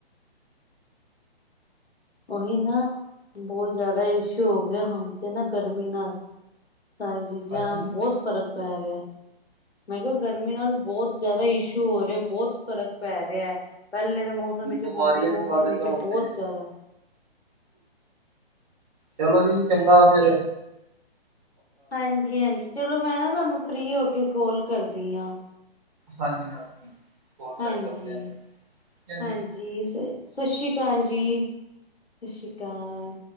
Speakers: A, on the left (about 85°); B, on the right (about 35°).
A: ਉਹੀ ਨਾ, ਬਹੁਤ ਜ਼ਿਆਦਾ ਇਸ਼ੂ ਹੋ ਗਏ, ਹੁਣ ਤੇ ਨਾ ਗਰਮੀ ਨਾਲ। ਸਾਰੀ ਚੀਜ਼ਾਂ
B: ਹਾਂਜੀ,
A: ਬਹੁਤ ਫ਼ਰਕ ਪੈ ਰਿਹਾ। ਮੈਂ ਕਿਹਾ, ਗਰਮੀ ਨਾਲ ਬਹੁਤ ਜਿਆਦਾ ਇਸ਼ੂ ਹੋ ਰਿਹਾ ਬਹੁਤ ਫ਼ਰਕ ਪੈ ਰਿਹਾ ਹੈ। ਪਹਿਲੇ ਦੇ ਮੌਸਮ ਵਿੱਚ
B: ਬਿਮਾਰੀਆਂ
A: ਹੁਣ ਦੇ
B: ਵੀ
A: ਮੌਸਮ
B: ਵੱਧ ਰਹੀਆਂ
A: ਵਿੱਚ ਬਹੁਤ
B: ਹੁਣ ਤੇ
A: ਜ਼ਿਆਦਾ
B: ਚਲੋ ਜੀ, ਚੰਗਾ ਫੇਰ।
A: ਹਾਂਜੀ- ਹਾਂਜੀ ਚਲੋ, ਮੈਂ ਨਾ ਤੁਹਾਨੂੰ ਫਰੀ ਹੋ ਕੇ ਕੋਲ ਕਰਦੀ ਹਾਂ।
B: ਹਾਂਜੀ -ਹਾਂਜੀ। ਕੋਲ
A: ਹਾਂਜੀ-
B: ਬੈਕ ਕਰਦੇ ਆ ਠੀਕ ਹੈ ਜੀ
A: ਹਾਂਜੀ। ਸ ਸਤਿ ਸ਼੍ਰੀ ਅਕਾਲ ਜੀ। ਸਿ ਸ਼੍ਰੀ ਕਾਲ।